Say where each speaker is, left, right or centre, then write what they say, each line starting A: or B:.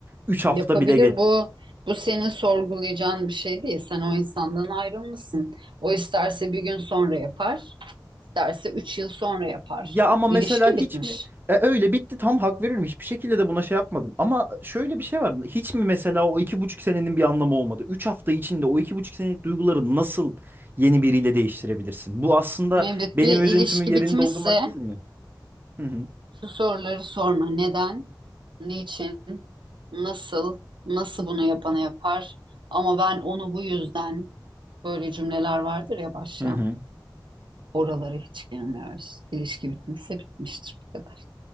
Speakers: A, on the right; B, on the right.
A: üç hafta
B: Yapabilir
A: bile geç.
B: bu bu senin sorgulayacağın bir şey değil. Sen o insandan ayrılmışsın. O isterse bir gün sonra yapar, isterse üç yıl sonra yapar.
A: Ya ama mesela
B: İlişki
A: hiç
B: bitmiş.
A: mi? E, öyle bitti tam hak veririm. Hiçbir şekilde de buna şey yapmadım. Ama şöyle bir şey var. Hiç mi mesela o iki buçuk senenin bir anlamı olmadı? üç hafta içinde o iki buçuk senelik duyguları nasıl yeni biriyle değiştirebilirsin? Bu aslında
B: Mevlüt
A: benim
B: bir ilişki
A: üzüntümü yerini
B: bitmişse
A: doldurmak değil mi? Hı hı.
B: şu soruları sorma. Neden? Niçin? Nasıl? Nasıl bunu yapana yapar? Ama ben onu bu yüzden böyle cümleler vardır ya başlayan.
A: Hı hı.
B: Oralara hiç girmiyoruz. İlişki bitmişse bitmiştir bu kadar.